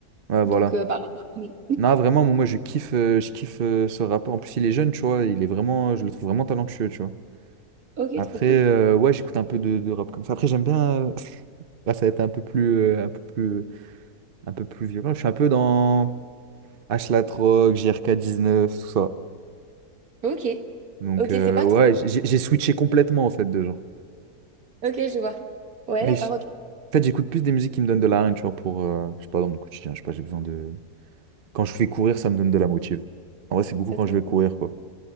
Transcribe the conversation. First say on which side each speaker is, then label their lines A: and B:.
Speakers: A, on the right (about 50°); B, on the right (about 65°).
A: ouais, voilà.
B: Donc, euh, apparemment, je connais.
A: Non, vraiment, moi, moi, je kiffe, euh, je kiffe euh, ce rappeur. En plus, il est jeune, tu vois. Il est vraiment, je le trouve vraiment talentueux, tu vois.
B: Ok,
A: Après,
B: trop cool.
A: euh, ouais, j'écoute un peu de, de rap comme ça. Après, j'aime bien. euh, <laughs> Là, ça va être un peu plus, euh, un peu plus, un peu plus violent. Je suis un peu dans H La Troc, JRK19, tout ça.
B: Ok.
A: Donc,
B: Ok,
A: euh,
B: c'est pas
A: ouais,
B: trop.
A: j'ai j'ai switché complètement, en fait, de genre.
B: Ok, je vois. Ouais,
A: Mais
B: d'accord,
A: je- en
B: ok.
A: fait, j'écoute plus des musiques qui me donnent de la rime, tu vois, pour, euh, je sais pas, dans mon quotidien. Je sais pas, j'ai besoin de. Quand je fais courir, ça me donne de la motive. En vrai, c'est beaucoup
B: Ça
A: quand
B: te...
A: je
B: motive.
A: vais courir, quoi.